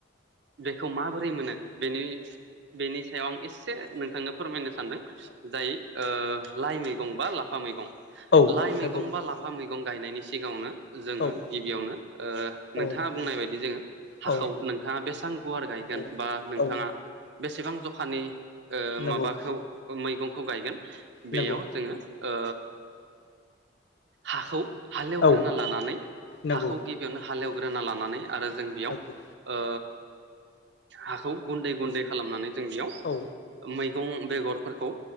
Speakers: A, on the right; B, on the left.
A: बेखौ माबोरै मोनो बेनि बेनि सायाव आं एससे नोंथांनो फोरमायनो सानदों जाय ओ लाइ मैगं बा लाफा मैगं
B: औ
A: लाइ मैगं
B: नंगौ
A: बा ला फा मैगं गायनायनि सिगाङावनो जोङो
B: औ
A: गिबियावनो ओ
B: औ
A: नोंथाङा बुंनाय बायदि जोङो हाखौ
B: औ
A: नोंथाङा बेसेबां गुवार गायगोन
B: औ
A: बा नोंथाङा
B: औ
A: बेसेबां जखानि ओ
B: नंगौ
A: माबाखौ मैगंखौ गायगोन
B: नंगौ
A: बेयाव जोङो ओ हाखौ हालेवग्रोना
B: औ
A: लानानै
B: नंगौ
A: हाखौ गि बियावनो हालेवग्रोना लानानै आरो जों बेयाव
B: नंगौ
A: ओ हाखौ गुन्दै गुन्दै खालामनानै जों बेयाव
B: औ
A: मैगं बेगरफोरखौ